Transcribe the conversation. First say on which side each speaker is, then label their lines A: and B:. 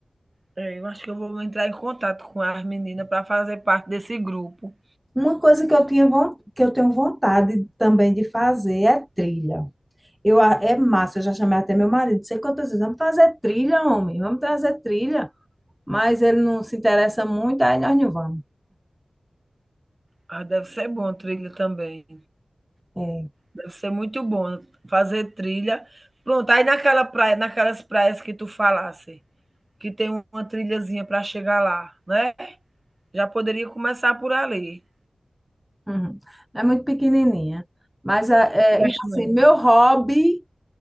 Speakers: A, on the right; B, in the centre.
A: É, eu acho que eu vou entrar em contato com as meninas para fazer parte desse grupo.
B: Uma coisa que eu tinha, von- que eu tenho vontade também de fazer é trilha. Eu, a- é massa, eu já chamei até meu marido, sei quantas vezes, vamos fazer trilha, homem, vamos trazer trilha. Mas ele não se interessa muito, aí nós não vamos.
A: Ah, deve ser bom trilha também.
B: É,
A: Deve ser muito bom fazer trilha. Pronto, aí naquela praia, naquelas praias que tu falasse, que tem uma trilhazinha para chegar lá, né? Já poderia começar por ali.
B: uhum. É muito pequenininha. Mas, a- é,
A: Eu acho
B: e assim,
A: não.
B: meu hobby